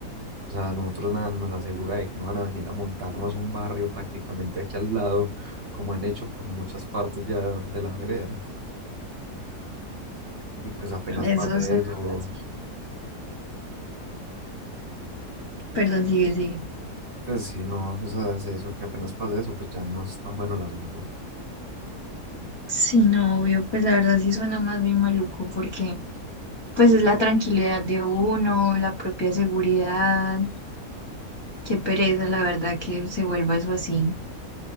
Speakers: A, on the right; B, on the left.
A: O sea, nosotros nada nos asegura de que no van a venir a montarnos un barrio prácticamente aquí al lado, como han hecho por muchas partes ya de la vereda. Y pues apenas
B: Eso
A: pase
B: suena
A: eso,
B: más bien. Perdón, sigue, sigue.
A: pues sí, no, o sea, es eso, que apenas pase eso, pues ya no es tan bueno el asunto.
B: Sí, no, obvio, pues la verdad sí suena más bien maluco porque pues es la tranquilidad de uno, la propia seguridad. Qué pereza, la verdad, que se vuelva eso así.